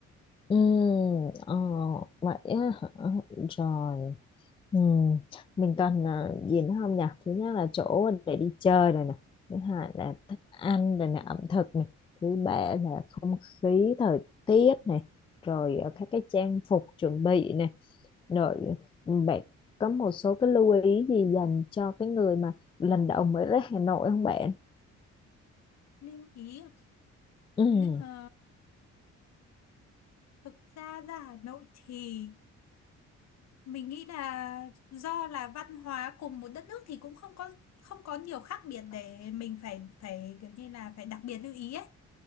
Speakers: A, on the left; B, on the left.
A: Ừ, ờ, vậy á hả? Rồi. Ừ. Mình cần à, gì nữa không nhỉ? Thứ nhất là chỗ để đi chơi rồi nè. Thứ hai là thức ăn rồi nè, ẩm thực nè. Thứ ba là không khí, thời tiết nè. Rồi à, các cái trang phục chuẩn bị nè. Rồi bạn có một số cái lưu ý gì dành cho cái người mà lần đầu mới đến Hà Nội không bạn?
B: lưu ý
A: Ừ,
B: Nữ- ờ, thực ra ra Hà Nội thì Mình nghĩ là do là văn hóa cùng một đất nước thì cũng không có không có nhiều khác biệt để mình phải phải kiểu như là phải đặc biệt lưu ý ấy.